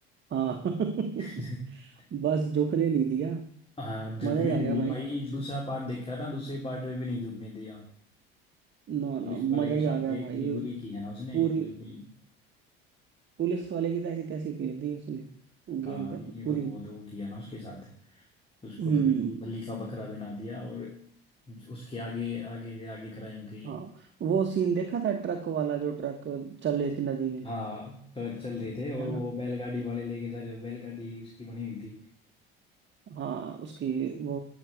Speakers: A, on the right (about 35°); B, on the left (about 20°).
A: हाँ <laughs>
B: <laughs>
A: बस झुकने नहीं दिया
B: हाँ झुकने
A: मजा ही आ
B: नहीं
A: गया
B: दिया
A: भाई
B: भाई दूसरा पार्ट देखा था दूसरे पार्ट में भी नहीं झुकने दिया
A: नो
B: पुलिस
A: नो
B: वाले
A: मजा
B: के
A: ही
B: साथ
A: आ गया
B: इतनी
A: भाई
B: बुरी की है ना उसने
A: पूरी
B: बिल्कुल
A: पुलिस वाले की तैसी तैसी फेर दी उसने गेम
B: हाँ
A: के
B: ये
A: पूरी
B: तो बहुत वो किया ना उसके साथ उसको
A: हम्म
B: तो बिल्कुल बलि का बकरा बना दिया और उसके आगे आगे आगे क्राइम किए
A: हाँ वो सीन देखा था ट्रक वाला जो ट्रक चल रहे थे नदी में
B: हाँ ट्रक चल रहे थे और
A: है
B: वो
A: ना
B: बैलगाड़ी वाले लेके जा रहे बैलगाड़ी उसकी बनी हुई थी
A: हाँ उसकी वो